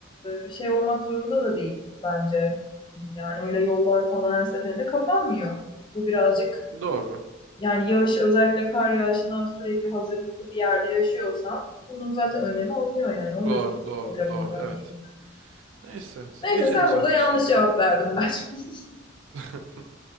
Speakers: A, on the left; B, on the right.
A: e, şey olmak zorunda da değil bence. Yani öyle yollar falan her seferinde kapanmıyor. Bu birazcık
B: Doğru.
A: yani yağış özellikle kar yağışına sürekli hazırlıklı bir yerde yaşıyorsan bunun zaten önlemi alınıyor yani. Onun
B: Doğru,
A: da çok
B: doğru,
A: problem
B: doğru.
A: olacağını
B: Evet.
A: düşünüyorum.
B: Neyse. siz
A: Neyse
B: Geçelim
A: sen
B: sıradaki
A: burada yanlış
B: soruya.
A: cevap verdin ben. <laughs>
B: <laughs>